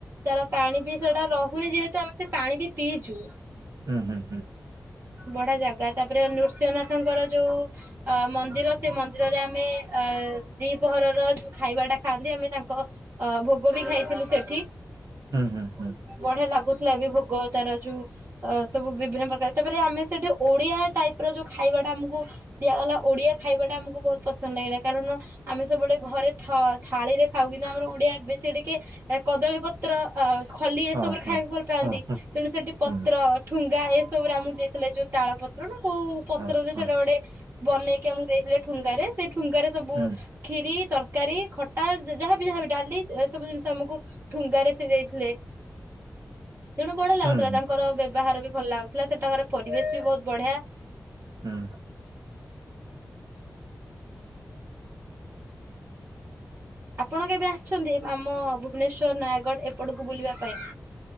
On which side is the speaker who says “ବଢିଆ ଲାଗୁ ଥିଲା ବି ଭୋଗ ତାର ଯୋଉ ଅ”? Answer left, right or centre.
Right